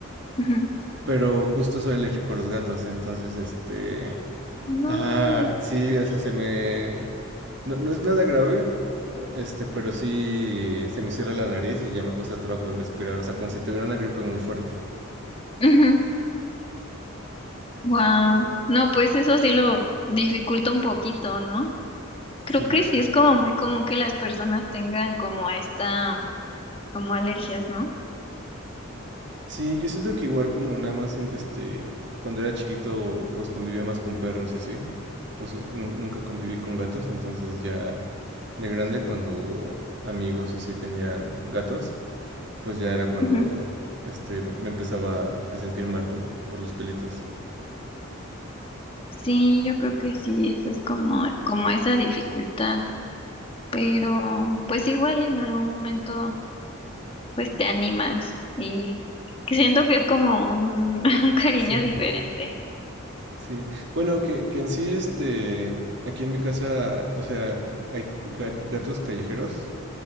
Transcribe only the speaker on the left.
Ujú.
No,
Ujú. Wow. No, pues eso sí lo dificulta un poquito, ¿no?
Creo que sí es como muy común que las personas tengan como a esta, como alergias, ¿no?
Ujú.
Sí, yo creo que sí, eso es como, como esa dificultad, pero pues igual en algún momento pues te animas y que siento que es como un, <laughs> un cariño
diferente.